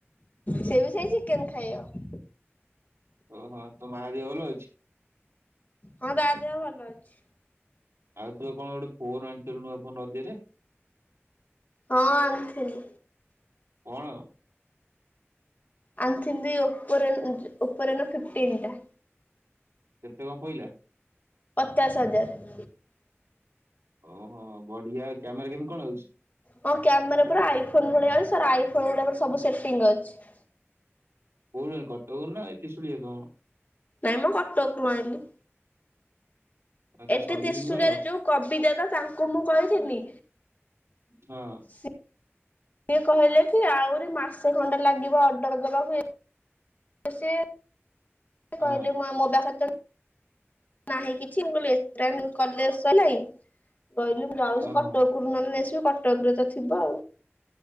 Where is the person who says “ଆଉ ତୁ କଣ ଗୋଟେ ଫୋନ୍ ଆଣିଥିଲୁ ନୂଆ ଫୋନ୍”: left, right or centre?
Right